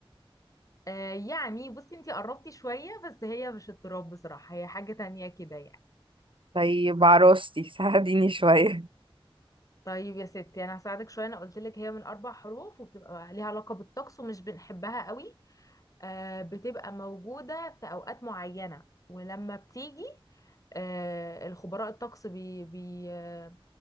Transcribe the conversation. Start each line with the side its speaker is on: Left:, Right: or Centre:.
Left: آه يعني بصي انت قربتي شويه بس هي مش التراب بصراحه هي حاجه تانية كده يعني
Right: طيب عروستي ساعديني شويه
Left: طيب يا ستي انا هساعدك شويه انا قلت لك هي من اربع حروف وبتبقى ليها علاقه بالطقس ومش بنحبها قوي آه، بتبقى موجودة في أوقات معينة ولما بتيجي آه، الخبراء الطقس بي بي آه،